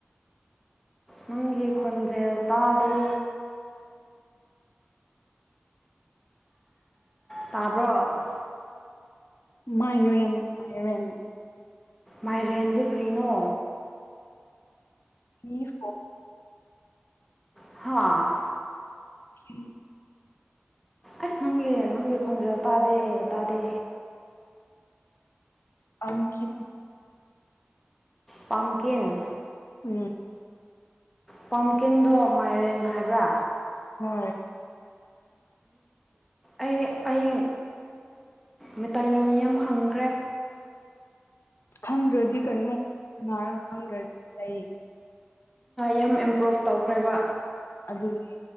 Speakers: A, in the centre; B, on the left (about 75°).
A: ꯅꯪꯒꯤ ꯈꯣꯟꯖꯦꯜ ꯇꯥꯗꯦ ꯇꯥꯕ꯭ꯔ‌ꯣ
B: ꯃꯥꯏꯔꯦꯟ ꯃꯥꯏꯔꯦꯟ
A: ꯃꯥꯏꯔꯦꯟꯗꯤ ꯀꯔꯤꯅꯣ
B: <inaudible> ꯃꯤ <inaudible>
A: ꯍꯥꯥ
B: ꯎꯝ
A: ꯑꯁ ꯅꯪꯒꯤ ꯅꯪꯒꯤ ꯈꯣꯟꯖꯦꯜ ꯇꯥꯗꯦ ꯇꯥꯗꯦ
B: ꯑ ꯀꯤꯟ
A: ꯄꯝꯀꯤꯟ
B: ꯎꯝ
A: ꯄꯝꯀꯤꯟꯗꯣ ꯃꯥꯏꯔꯦꯟ ꯍꯥꯏꯕ꯭ꯔꯥ
B: ꯍꯣꯏ
A: ꯑꯩ ꯑꯩ ꯃꯩꯇꯩꯂꯣꯟ ꯌꯥꯝ ꯈꯪꯈ꯭ꯔꯦ
B: ꯈꯪꯗ꯭ꯔꯗꯤ ꯀꯩꯅꯣ ꯁꯅꯥꯔꯒ ꯈꯪꯗ꯭ꯔꯗꯤ ꯂꯩ
A: ꯌꯥꯝ ꯏꯝꯄ꯭ꯔꯨꯚ ꯇꯧꯈ꯭ꯔꯦꯕ
B: ꯑꯗꯨꯅꯤ